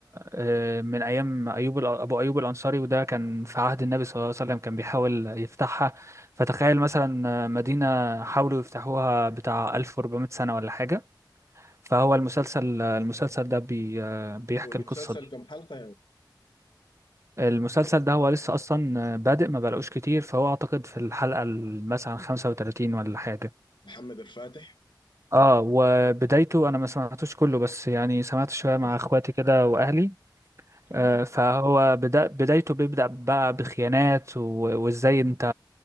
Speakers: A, on the right; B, on the left.
A: آه، من أيام أيوب الأ- أبو أيوب الأنصاري وده كان في عهد النبي صلى الله عليه وسلم كان بيحاول يفتحها فتخيل مثلا آه، مدينة حاولوا يفتحوها بتاع 1400 سنة ولا حاجة فهو المسلسل المسلسل ده بي آه، بيحكي
B: والمسلسل
A: القصة دي
B: كم حلقة يا
A: المسلسل ده هو لسه اصلا بادئ ما بلاقوش كتير فهو اعتقد في الحلقه ال- مثلا 35 ولا حاجه
B: محمد الفاتح
A: اه وبدايته انا ما سمعتوش كله بس يعني سمعت شويه
B: اوكي
A: مع اخواتي كده واهلي
B: تمام
A: آه، فهو بدا بدايته بيبدا بقى بخيانات و- وازاي انت